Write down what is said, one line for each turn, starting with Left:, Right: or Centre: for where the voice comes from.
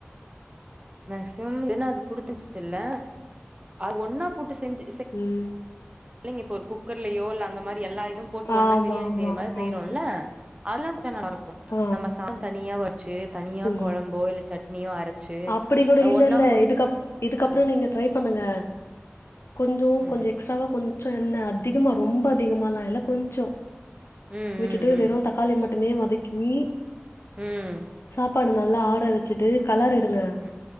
Right: மேக்சிமம் ஏன்னா அது குடுத்தனுப்ச்சதில்ல அது ஒன்னா போட்டு செஞ்சு
Left: ம்
Right: இல்லிங்க இப்ப ஒரு குக்கர்லயோ இல்ல அந்த மாரி எல்லா இதும் போட்டு ஒன்னா
Left: ஆமாமா,
Right: பிரியாணி
Left: ஆமா.
Right: செய்யற மாரி செய்யறோம்ல்ல
Left: ஆமா.
Right: அதெல்லா நல்லாருக்கு
Left: ஆ.
Right: நம்ம சாதம் தனியா வடி ச்சு தனியா
Left: ம்.
Right: கொழம்போ இல்ல சட்னியோ அரைச்சு
Left: அப்படி கூட
Right: அத
Left: இல்ல,
Right: ஒன்னா
Left: இல்ல.
Right: போட்டு
Left: இதுக்கப் இதுக்கப்புறம்
Right: ஆ
Left: நீங்க ட்ரை பண்ணுங்க கொஞ்சோ
Right: ம்
Left: கொஞ்சோ எக்ஸ்ராவா கொஞ் சோ எண்ண அதிகமா ரொம்ப அதிகமாலா இல்ல கொஞ்சோ
Right: ம்
Left: விட்டுட்டு
Right: ம் ம்
Left: வெறு தக்காளி மட்டு மே வதக்கி
Right: ம்
Left: சாப்பாடு நல்லா ஆற வச்சுட்டு கலரிடுங்க
Right: ம்